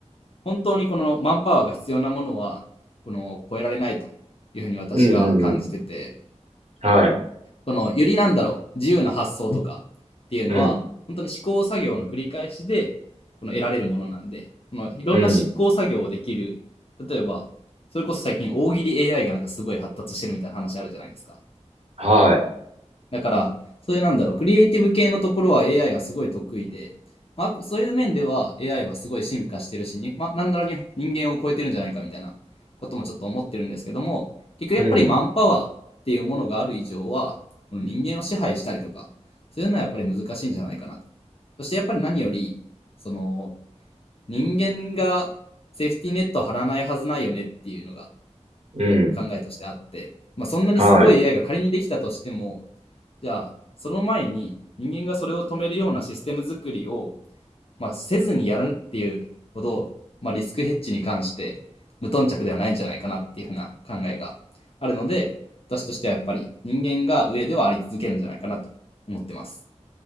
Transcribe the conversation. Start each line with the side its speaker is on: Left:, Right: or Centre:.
Left: 本当にこのマンパワーが必要なものは、この超えられないというふうに私は感じてて、
Right: うん、うん、うん。はい。
Left: このよりなんだろう、自由な発想とかっていうのは、
Right: うん、
Left: 本当に試行作業の繰り返しで、この得られるものなんで、このいろんな試行作業をできる、
Right: うん、
Left: 例えば、それこそ最近大喜利 AI がなんかすごい発達してるみたいな話あるじゃないですか。
Right: はい。
Left: だから、そういうなんだろう、クリエイティブ系のところは AI はすごい得意で、まあ、そういう面では AI はすごい進化してるし、にまあ、なんだろうに人間を超えてるんじゃないかみたいなこともちょっと思ってるんですけども、結局やっぱりマンパワーっていうものがある以上は、
Right: うん、
Left: この人間を支配したりとか、そういうのはやっぱり難しいんじゃないかなと。そしてやっぱり何より、その、人間がセーフティーネット張らないはずないよねっていうのが
Right: うん、
Left: 考えとしてあって、まあ、そんなにすごい
Right: はい。
Left: AI が仮にできたとしても、じゃあ、その前に人間がそれを止めるようなシステム作りを、まあ、せずにやるっていうほど、まあ、リスクヘッジに関して無頓着ではないんじゃないかなっていうふうな考えがあるので、私としてはやっぱり人間が上ではあり続けるんじゃないかなと思ってます。